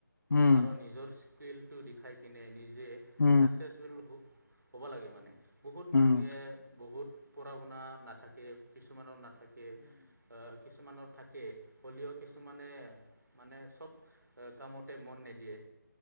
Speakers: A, on the left; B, on the right.
A: উম
B: আৰু নিজৰ স্কিলটো দিখাই কিনে নি যে
A: উম উম উম
B: চাকচেচফুল হ'ব লাগে মানে বহুত
A: উম
B: মানুহে বহুত পঢ়া শুনা নাথাকে কিছুমানৰ নাথাকে আহ কিছুমানৰ থাকে হলিও কিছুমানে মানে চব কামতে মন নিদিয়ে